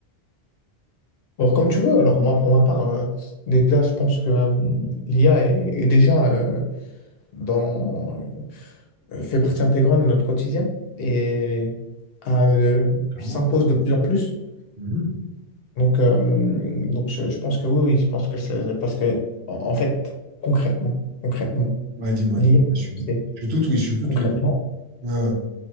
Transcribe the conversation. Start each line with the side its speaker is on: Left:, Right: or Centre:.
Left: Alors comme tu veux, alors moi pour ma part, euh, déjà je pense que euh, l'IA est, est déjà euh, dans, euh, fait partie intégrante de notre quotidien et a, euh,
Right: Mhm, Clairement.
Left: s'impose de plus en plus.
Right: Mhm.
Left: Donc, euh, donc je, je pense que oui, oui, je pense que c'est parce que, en, en fait, concrètement, concrètement,
Right: Ouais, dis-moi,
Left: l'IA,
Right: dis-moi, je suis,
Left: c'est
Right: je suis tout oui, je suis tout
Left: concrètement,
Right: oui. Ouais, ouais,